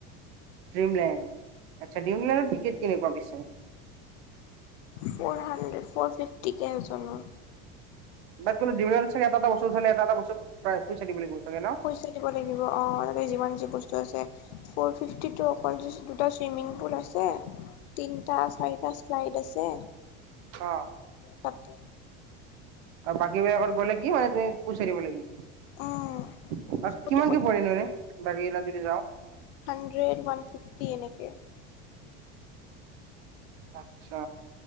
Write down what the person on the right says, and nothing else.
ড্ৰিমলেণ্ড আচ্ছা ড্ৰিমলেণ্ডৰ টিকেট কেনেকোৱা পিছে?
বাট কিন্তু ড্ৰিমলেণ্ডত চাগে এটা এটা বস্তুত উঠালে এটা এটাৰ বস্তুত পইচা দিব লাগিব চাগে ন?
অ'
আৰু বাকী বেলেগত গ'লে কি হৈ আছে, পইচা দিব লাগিব।
অ' কিমানকে পৰেনো এনে বাকী কিলাত যদি যাওঁ?
আচ্ছা।